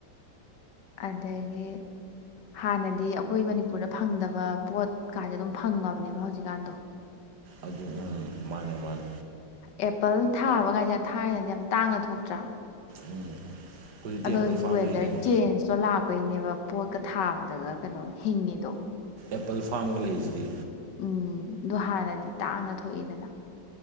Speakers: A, on the left; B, on the right.
A: ꯑꯗꯒꯤ ꯍꯥꯟꯅꯗꯤ ꯑꯩꯈꯣꯏ ꯃꯅꯤꯄꯨꯔꯗ ꯐꯪꯗꯕ ꯄꯣꯠꯀꯥꯖꯦ ꯑꯗꯨꯝ ꯐꯪꯉꯕꯅꯦꯕ ꯍꯧꯖꯤꯛꯀꯥꯟꯗꯣ
B: ꯑꯗꯨ ꯎꯝ ꯃꯥꯅꯦ ꯃꯥꯅꯦ
A: ꯑꯦꯄꯜ ꯊꯥꯕ ꯀꯥꯏꯖꯦ ꯊꯥꯏꯅꯗꯤ ꯌꯥꯝ ꯇꯥꯡꯅ ꯊꯣꯛꯇ꯭ꯔꯥ
B: ꯎꯝ ꯍꯧꯖꯤꯛꯇꯤ
A: ꯑꯗꯣ
B: ꯑꯦꯄꯜ
A: ꯍꯧꯖꯤꯛ
B: ꯐꯥꯔꯝ
A: ꯋꯦꯗꯔ
B: ꯂꯩꯗꯣꯏꯅꯤ
A: ꯆꯦꯟꯖꯁꯇꯣ ꯂꯥꯛꯄꯩꯅꯦꯕ ꯄꯣꯠꯀ ꯊꯥꯕꯗꯒ ꯀꯩꯅꯣ ꯍꯤꯡꯉꯤꯗꯣ
B: ꯑꯦꯄꯜ ꯐꯥꯝꯒ ꯂꯩꯔꯤꯖꯤꯗꯤ
A: ꯎꯝ ꯗꯨ ꯍꯥꯟꯅꯗꯤ ꯇꯥꯡꯅ ꯊꯣꯛꯏꯗꯅ